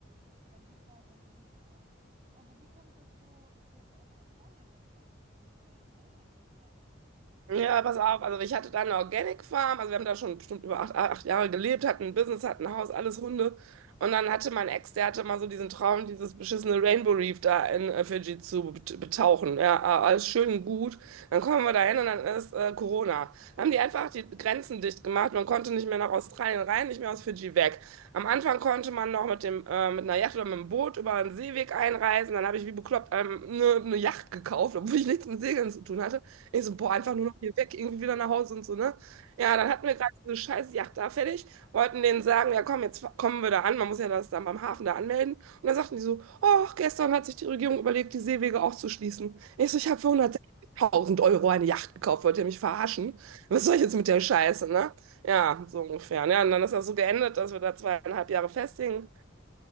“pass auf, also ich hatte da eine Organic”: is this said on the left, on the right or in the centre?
Right